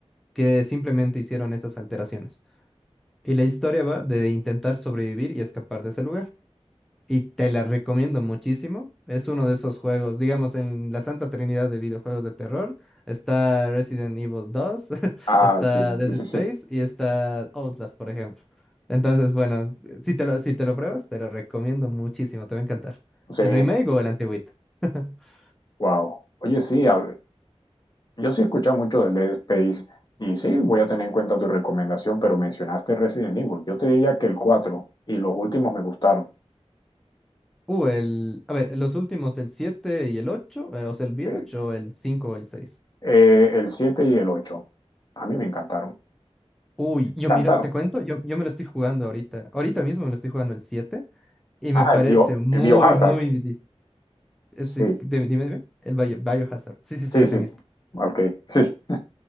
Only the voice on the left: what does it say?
Ah,
sí,
sí,
sí.
Sí,
wow. Oye, sí, a- Yo sí he escuchado mucho del Dead Space y sí, voy a tener en cuenta tu recomendación, pero mencionaste Resident Evil. Yo te diría que el cuatro y los últimos me gustaron.
Eh,
eh, el 7 y el 8 A mí me encantaron.
Encantaron.
Ah,
el bio,
el Biohazard.
Sí,
sí,
sí.
Ok, sí, sí,